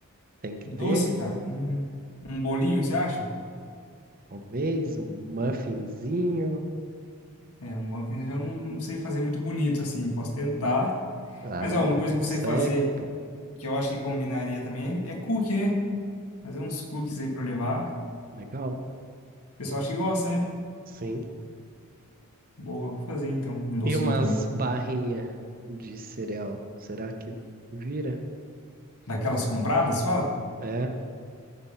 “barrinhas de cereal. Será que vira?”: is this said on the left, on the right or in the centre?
Right